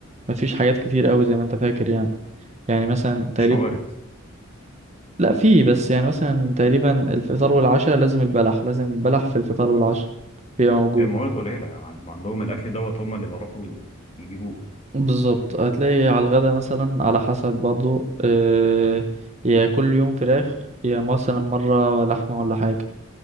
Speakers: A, on the right (about 30°); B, on the left (about 30°).
A: مفيش حاجات كتير قوي زي ما انت فاكر يعني يعني مثلا تقريبا
B: مفيش موارد
A: لا في بس يعني مثلا تقريبا الفطار والعشاء لازم البلح لازم البلح في الفطار والعشاء بيبقى موجود
B: هي موارد قليله يعني عندهم الاكل دوت هم اللي بيعرفوا يجيبوه
A: بالظبط هتلاقي على الغدا مثلا على حسب برضو آه، يا كل يوم فراخ يا مثلا مرة لحمة ولا حاجة